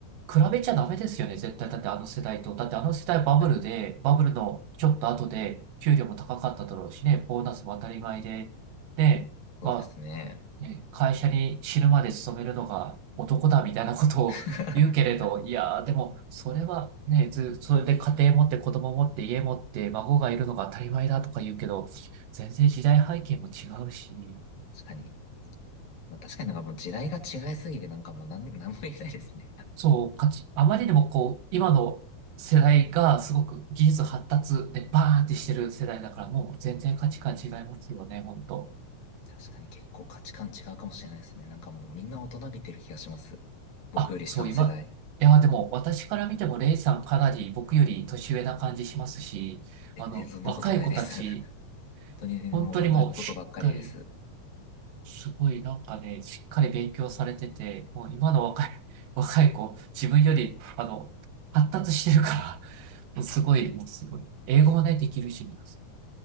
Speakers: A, on the right; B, on the left.
A: 比べちゃダメですよね、絶対。だってあの世代と。だってあの世代バブルで、
B: 確かに
A: バブルのちょっと後で給料も高かっただろうしね、ボーナスも当たり前で、で、
B: そうですね。
A: まね、会社に死ぬまで勤めるのが男だみたいなことを言うけれど、
B: <laughs> 確
A: いやーでも、それはね、ず、それで家庭持って子供持って家持って孫がいるのが当たり前だとか言うけど、全然時代背景も違うし、
B: かに。まあ、確かになんかもう時代が違いすぎてなんかもうなん、なんも言えないですね。
A: そう、かつ、あまりにもこう、今の世代がすごく技術発達でバーンってしてる世代だから、もう全然価値観違いますよね、本当
B: <laughs> 確かに結構価値観違うかもしれないですね。なんかもうみんな大人びてる気がします。僕より下の世代。
A: あ、そう、今、いや、でも、私から見ても、レイさんかなり僕より年上な感じしますし、
B: 全然そんなことないです。
A: あの、若い子たち、
B: <laughs> 本当に全然もう学ぶことばっかりです。
A: 本当にもう、しっかり、すごい、なんかね、しっかり勉強されてて、もう今の若い、<laughs> 若い子、自分より、あの、発達してるから、もうすごい、もうすごい。英語もね、できるし、皆さ